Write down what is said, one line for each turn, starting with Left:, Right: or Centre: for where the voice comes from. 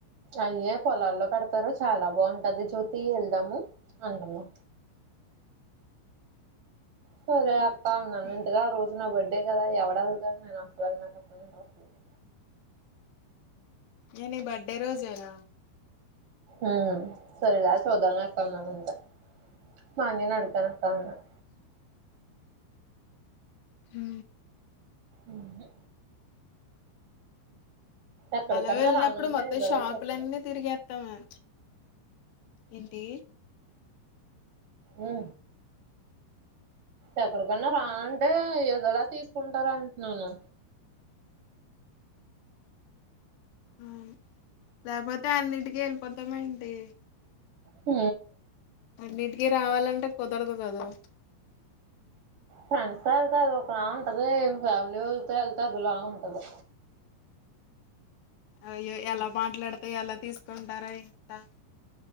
Right: అయ్యే పొలాల్లో పెడతారు చాలా బాగుంటది జ్యోతి వెళ్దాము అంటానా సరే అక్కా ఉన్నాను
Left: ఏ
Right: ఎంతగా రోజున బడ్డి అంతే కదా ఎవ్వడు వెళ్ళతాడు నేను అసలు వెళ్ళాను నాకు అసలు ఇంట్రెస్ట్ లేదు
Left: నేను ఈ బర్డే రోజేనా
Right: ఉ సరే లే చూదాంలే అక్క అన్నాను అంతే వాడు నిన్ను అడుగుతానా అక్క అన్నాడు
Left: ఉ
Right: ఉహు ఎక్కడికన్నా
Left: అలా వెళ్ళినప్పుడు
Right: రానంటే
Left: మొత్తం
Right: ఏదోలా
Left: షాపులన్నీ
Right: చెప్పదు
Left: తిరిగేస్తామే ఏంటి
Right: అన్నా ఎక్కడికన్నా రా అంటే ఏదోలా తీసుకుంటారు అంటున్నాను
Left: అవును లేకపోతే అన్నింటికి వెళ్ళిపోతామ ఏంటి
Right: హు
Left: అన్నిటికీ రావాలంటే కుదరదు కదా
Right: ఫ్రెండ్స్తో వెళ్తే అది ఒకలా ఉంటది ఫ్యామిలీ వాళ్ళతో వెళ్తే అదిలా ఉంటది
Left: అయ్యో ఎలా మాట్లాడతేా ఎలా తీసుకుంటారా ఇంత